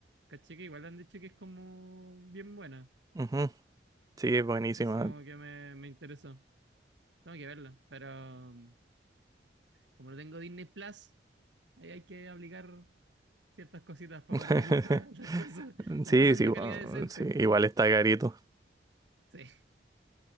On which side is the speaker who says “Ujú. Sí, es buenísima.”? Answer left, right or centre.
Right